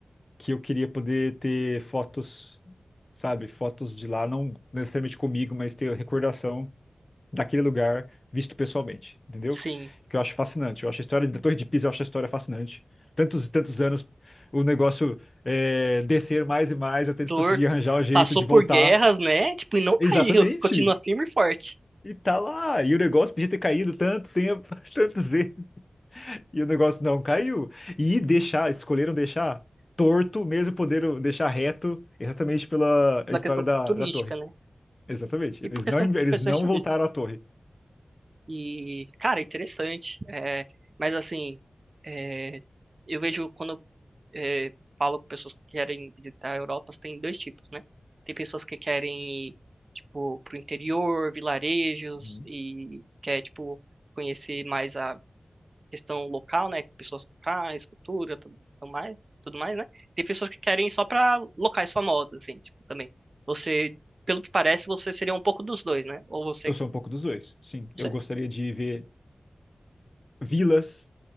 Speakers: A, on the left; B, on the right.
A: que eu queria poder ter fotos, sabe, fotos de lá, não necessariamente comigo, mas ter recordação daquele lugar visto pessoalmente, entendeu?
B: <laughs> Sim,
A: Que eu acho fascinante. Eu acho a história da Torre de Pisa, eu acho a história fascinante. Tantos e tantos anos o negócio é, descer mais e mais até eles
B: torto.
A: conseguirem arranjar o jeito
B: Passou
A: de
B: por
A: voltar.
B: guerras, né? Tipo, e não
A: Exatamente.
B: caiu. <laughs> Continua firme e forte.
A: E tá lá, e o negócio podia ter caído tanto tempo, <laughs> tantas vezes, e o negócio não caiu. E deixar, escolheram deixar torto, mesmo poderam deixar reto, exatamente pela
B: Pela
A: história
B: questão
A: da,
B: turística,
A: da torre.
B: né?
A: Exatamente.
B: E por
A: Eles
B: questão,
A: não, eles
B: questões
A: não
B: turísticas.
A: voltaram à torre.
B: E, cara, interessante. É, mas assim, é, eu vejo quando eh, falo com pessoas que querem visitar a Europa, tem dois tipos, né? Tem pessoas que querem ir, tipo, pro interior, vilarejos,
A: Uhum.
B: e quer, tipo, conhecer mais a questão local, né? Pessoas locais, cultura, tudo tudo mais, tudo mais, né? Tem pessoas que querem ir só pra locais famosos, assim, tipo, também. Você, pelo que parece, você seria um pouco dos dois, né? Ou você,
A: Eu sou um pouco dos dois, sim.
B: certo.
A: Eu gostaria de ver Vilas,